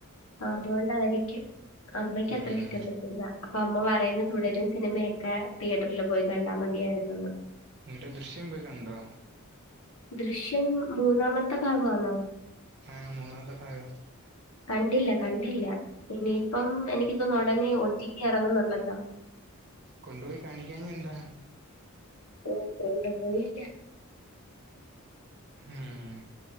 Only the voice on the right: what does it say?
ഉം
എന്നിട്ട് ദൃശ്യം പോയി കണ്ടോ?
ആഹ് മൂന്നാമത്തെ ഭാഗം
കൊണ്ടു പോയി കാണിക്കാഞ്ഞെ എന്താ?
ഉം,